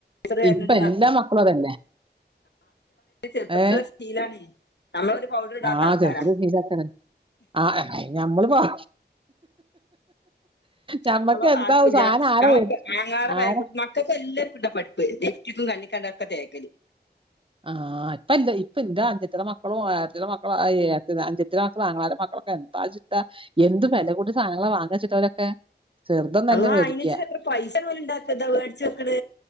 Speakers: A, on the left; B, on the right.
A: വരണുണ്ട്
B: ഇപ്പൊ എല്ലാ മക്കളും അതുതന്നെ
A: ചെറുപ്പത്തിലുള്ള
B: ഏഹ്
A: ശീലാണ് നമ്മളൊരു പൗഡർ ഇടാത്ത
B: ആഹ്
A: ആൾക്കാരാ
B: ചെറുചോരു <unintelligible> ആഹ് നമ്മള് പറ ഞമ്മക്ക്
A: ഞങ്ങളോ
B: എന്താവും
A: ആക്കില്ല
B: സാധനം ആരെ
A: ഞങ്ങ
B: വരും
A: അങ്ങാര <unintelligible>
B: ആരെ
A: ഇപ്പെല്ലാർക്കുംണ്ടാ പഠിപ്പ് ലിപ്സ്റ്റിക്കും കണ്ണിക്കണ്ടതൊക്കെ തേക്കല്
B: ആഹ് ഇപ്പൊ എന്താ ഇപ്പൊ എന്റെ അനുജെത്തീടെ മക്കളോ ഏട്ടത്തീടെ മക്കളോ ഏഹ് അനുജത്തീടെ മക്കളോ ആങ്ങളേടെ മക്കളോ ക്ക എന്താ വെച്ചിട്ടാ എന്ത് വില കൂടിയ സാധനങ്ങള് വാങ്ങാ വെച്ചിട്ടാ ചെറുതൊന്നുവല്ല
A: അള്ളാ
B: മേടിക്കാ
A: അയിനച്ചിട്ട് എത്ര പൈസ ഓല് ഇണ്ടാക്ക ഇതാ വേടിച്ച് വെക്കണ്